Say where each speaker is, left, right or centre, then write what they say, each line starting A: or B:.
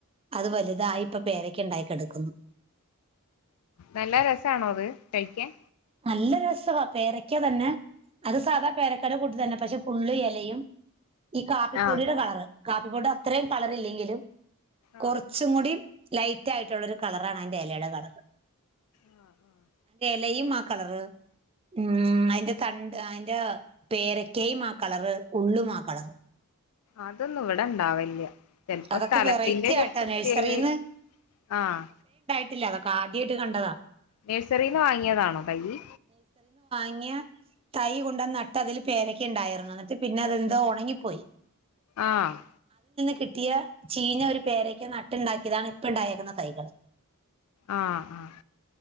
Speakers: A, on the right (about 25°); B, on the left (about 70°).
A: അത് വലുതായി ഇപ്പോ പേര ക്ക ഉണ്ടായി കിടക്കുന്നു
B: നല്ല രസാണോ അത് കഴിക്കാൻ
A: നല്ല രസവാ പേരക്ക തന്നെ അത് സാധാ പേര ക്കാടെ കൂട്ട് തന്നെ പക്ഷെ ഫുള്ള് ഇലയും ഈ കാപ്പിപ്പൊടിയുടെ
B: ആഹ്
A: കളറ് കാപ്പിപൊടീടെ അത്രയും കളർ ഇല്ലെങ്കിലും
B: ആഹ്
A: കുറച്ചും കൂടി ലൈറ്റ് ആയിട്ടുള്ളൊരു കളറാണ് അതിന്റെ ഇലയുടെ കളറ്.
B: ആഹ് ആഹ്
A: ലയുംമ കളർ ഇം അതിന്റെ തണ്ട് അതിന്റെ പേരക്കയും ആ കളറ് ഉള്ളും ആ കളറ്
B: അതൊന്നും ഇവിടെ ഇണ്ടാവില്ല. ചിലപ്പോ
A: അതൊക്കെ
B: സ്ഥലത്തിന്റെ
A: വെറൈറ്റി
B: ഒരു
A: ആയിട്ടാ
B: പ്രത്യേകായിരിക്കും
A: നഴ്സറിന്ന്
B: ആഹ്.
A: ട്ടില്ല അതൊക്കെ ആദ്യായിട്ട് കണ്ടതാ.
B: നേഴ്സറീന്ന് വാ ങ്ങിയതാണോ തയ്യ്?
A: ങ്ങിയ തൈ കൊണ്ട് നട്ട് അതില് പേരക്കെ ഇണ്ടായിരുന്നു. എന്നിട്ട് പിന്നെ അതെന്തോ ഒണങ്ങിപ്പോയി.
B: ആഹ്
A: കിട്ടിയ ചീഞ്ഞ ഒരു പേരക്ക നട്ടുണ്ടാക്കിയതാണ് ഇപ്പ ഇണ്ടായേക്കുന്ന തൈകള്
B: ആ ആ